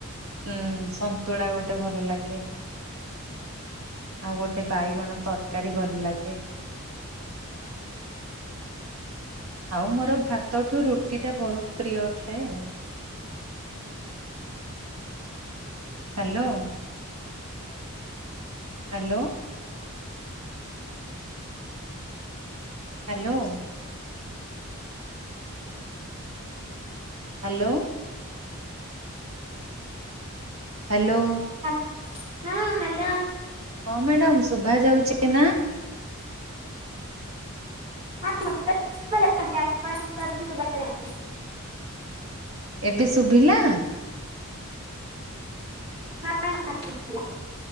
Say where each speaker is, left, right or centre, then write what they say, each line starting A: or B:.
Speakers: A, on the right; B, on the right.
A: ଉଁ ସନ୍ତୁଳା ଗୋଟେ ଭଲ ଲାଗେ। ଆଉ ଗୋଟେ ବାଇଗଣ ତରକାରୀ ଭଲ ଲାଗେ। ଆଉ ମୋର ଭାତଠୁ ରୁଟି ଟା ବହୁତ ପ୍ରିୟ ଥାଏ। Hello hello. Hello. Hello. <inaudible> Hello.
B: ହଁ ହାଲୋ।
A: ହଁ ମ୍ୟାଡାମ ଶୁଭା ଯାଉଛେ ନା?
B: <unintelligible> ଆପଣ ଙ୍କ କଥା ଶୁଭା ଯାଉନି।
A: ଏବେ ଶୁଭିଲା।
B: ହଁ ହ ଶୁଭିଲା।